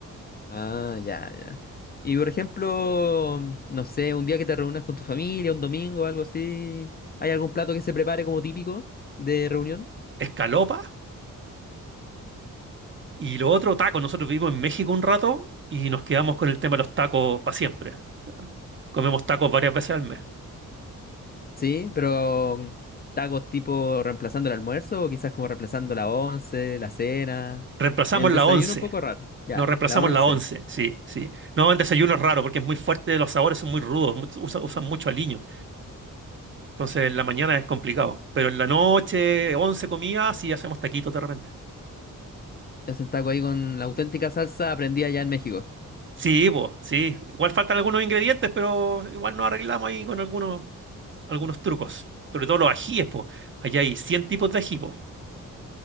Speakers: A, on the left; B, on the right.
A: Ah, ya, ya. Y por ejemplo, no sé, un día que te reúnas con tu familia, un domingo, algo así, ¿hay algún plato que se prepare como típico de reunión?
B: Escalopa y lo otro, tacos Nosotros vivimos en México un rato y nos quedamos con el tema de los tacos para siempre. Comemos tacos varias veces al mes.
A: Sí, pero tacos tipo reemplazando el almuerzo o quizás como reemplazando la once, la cena.
B: Reemplazamos
A: El desayuno
B: la once.
A: un poco raro. Ya,
B: Nos reemplazamos
A: la once.
B: la once sí, sí. No, el desayuno es raro porque es muy fuerte, los sabores son muy rudos, much- usa- usan mucho aliño. Entonces, en la mañana es complicado. Pero en la noche, 11 comidas, sí hacemos taquitos de repente.
A: Es un taco ahí con la auténtica salsa aprendida allá en México.
B: Sí, pues, sí. Igual faltan algunos ingredientes, pero igual nos arreglamos ahí con algunos, algunos trucos. Sobre todo los ajíes, pues. Allá hay 100 tipos de ají, po.